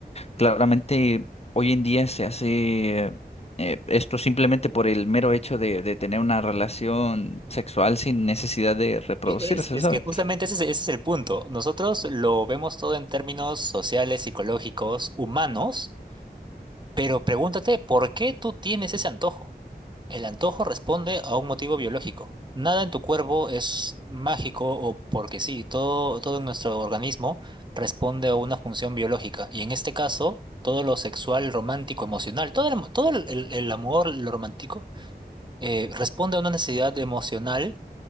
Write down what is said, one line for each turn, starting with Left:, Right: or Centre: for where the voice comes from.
Left: claramente hoy en día se hace eh, esto simplemente por el mero hecho de, de tener una relación sexual sin necesidad de reproducirse,
Right: E- Es, es
Left: ¿sabes?
Right: que justamente ese es, ese es el punto. Nosotros lo vemos todo en términos sociales, psicológicos, humanos, pero pregúntate, ¿por qué tú tienes ese antojo? El antojo responde a un motivo biológico. Nada en tu cuerpo es mágico o porque sí, todo, todo en nuestro organismo responde a una función biológica. Y en este caso, todo lo sexual, romántico, emocional, todo el, am- todo el, el- el amor, lo romántico, eh, responde a una necesidad emocional